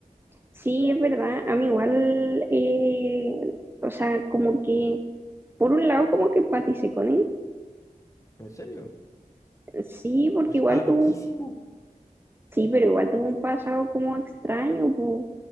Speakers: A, on the right; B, on the left.
A: Sí, es verdad. A mí igual, eh, o sea, como que, por un lado, como que empaticé con él.
B: ¿En serio?
A: Sí, porque
B: Pero si
A: igual
B: estaba loquísimo.
A: tuvo un, sí, pero igual tuvo un pasado como extraño, po,